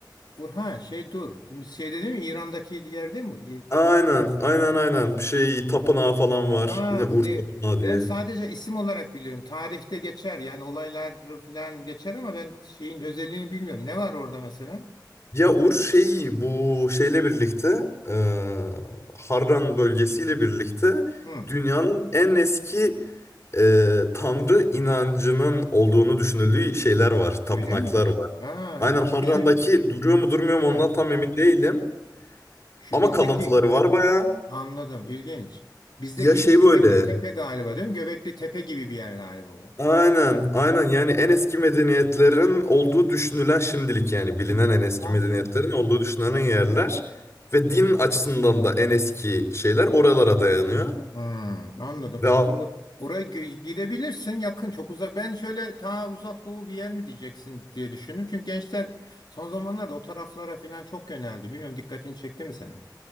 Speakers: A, on the left; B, on the left.
A: Urha şey dur. Şimdi Şey dedi mi İran'daki yer değil mi?
B: Aynen, aynen, aynen. Bir şey tapınağı falan var.
A: Ha,
B: Yine Ur
A: ne?
B: tapınağı
A: Ben
B: diye.
A: sadece isim olarak biliyorum. Tarihte geçer yani olaylar filan geçer ama ben şeyin özelliğini bilmiyorum. Ne var orada mesela?
B: Ya Uğur şey bu şeyle birlikte eee, Harran bölgesiyle birlikte
A: Hı,
B: dünyanın en eski eee, tanrı inancının olduğunu düşünüldüğü şeyler var, tapınaklar
A: öyle miymiş?
B: var.
A: Ha,
B: Aynen
A: e,
B: Harran'daki
A: şu bizim
B: duruyor mu durmuyor mu
A: ha,
B: ondan tam emin değilim.
A: şu
B: Ama
A: bizdeki
B: kalıntıları var bayağı.
A: anladım ilginç. Bizdeki
B: Ya şey
A: şu Göbekli
B: böyle
A: Tepe galiba değil mi? Göbekli Tepe gibi bir yer galiba o
B: Aynen, aynen yani en eski medeniyetlerin olduğu düşünülen şimdilik yani bilinen
A: Hı,
B: en eski
A: anladım.
B: medeniyetlerin olduğu düşünülen yerler ve din açısından da en eski şeyler oralara dayanıyor.
A: Hmm, anladım.
B: Ve a-
A: Ya, o- oraya gö- gidebilirsin yakın çok uzak. Ben şöyle ta uzak doğu bir yer mi diyeceksin diye düşündüm. Çünkü gençler son zamanlarda o taraflara falan çok yöneldi. Bilmiyorum dikkatini çekti mi senin?